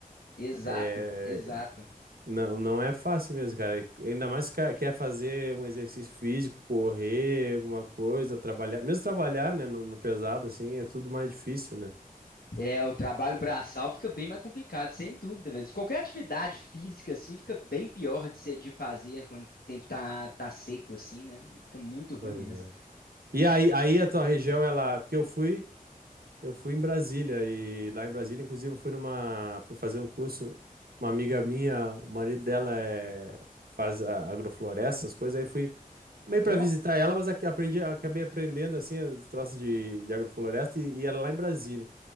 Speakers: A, on the left; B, on the right.
A: Exato,
B: é,
A: exato.
B: não, não é fácil mesmo, cara. E Ainda mais se o cara quer fazer um exercício físico, correr, alguma coisa, trabalhar. Mesmo trabalhar, né, no no pesado, assim, é tudo mais difícil, né?
A: É, o trabalho braçal fica bem mais complicado, sem dúvida, velho. Qualquer atividade física, assim, fica bem pior de, ser, de fazer quando o tempo tá, tá seco, assim, né? Fica muito ruim
B: Pois
A: mesmo.
B: é. E aí, aí a tua região, ela. Porque eu fui, eu fui em Brasília, e lá em Brasília, inclusive, eu fui numa. Fui fazer um curso. Uma amiga minha, o marido dela é, faz a- agrofloresta, essas coisas. Aí eu fui meio para
A: Ó.
B: visitar ela, mas ac- aprendi, acabei aprendendo assim, os troços de, de agrofloresta, e, e ela lá em Brasília.